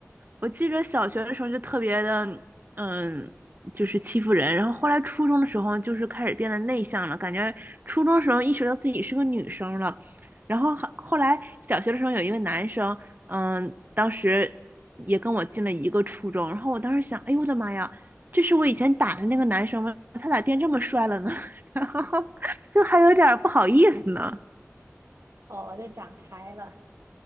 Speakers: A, on the right; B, on the right.
A: 我记着小学的时候就特别的，嗯，就是欺负人。然后后来初中的时候，就是开始变得内向了，感觉初中的时候意识到自己是个女生了。然后后后来小学的时候有一个男生，嗯，当时也跟我进了一个初中。然后我当时想，哎呦我的妈呀，这是我以前打的那个男生吗？他咋变这么帅了呢？<laughs> 然后就还有点儿不好意思呢。
B: 哦，我就长开了。